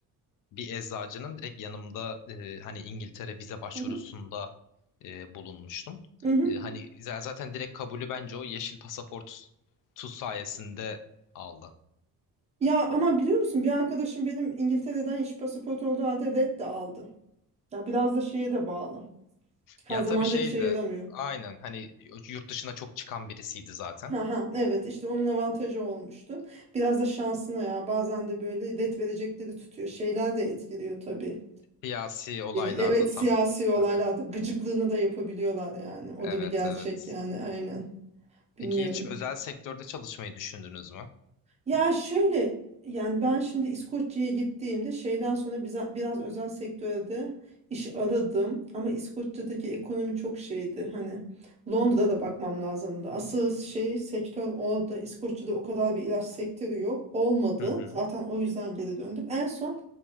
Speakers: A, on the left (about 60°); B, on the right (about 20°).
A: bir eczacının direkt yanımda e, hani İngiltere vize başvurusunda
B: hı hı,
A: e, bulunmuştum.
B: hı hı.
A: E, hani z- zaten direkt kabulü bence o yeşil pasaport tu sayesinde aldı.
B: Ya ama biliyor musun bir arkadaşım benim İngiltere'den iş pasaportu olduğu halde red de aldı. Ya biraz da şeye de bağlı. Her
A: Ya
B: zaman
A: tabii şey
B: da işe yaramıyor.
A: de aynen hani yurt dışına çok çıkan birisiydi zaten.
B: Aha, evet işte onun avantajı olmuştu. Biraz da şansına ya bazen de böyle red verecekleri tutuyor. Şeyler de etkiliyor tabii.
A: Siyasi olaylarda
B: Evet
A: tam
B: siyasi
A: aradaki.
B: olaylarda gıcıklığını da yapabiliyorlar yani. O
A: Evet
B: da bir gerçek
A: evet.
B: yani aynen. Bilmiyorum.
A: Peki hiç özel sektörde çalışmayı düşündünüz mü?
B: Ya şöyle yani ben şimdi İskoçya'ya gittiğimde şeyden sonra biza- biraz özel sektörde iş aradım ama İskoçya'daki ekonomi çok şeydi. Hani Londra'da bakmam lazımdı. Asıl şey sektör orada. İskoçya'da o kadar bir ilaç sektörü yok. Olmadı.
A: Hı hı.
B: Zaten o yüzden geri döndüm. En son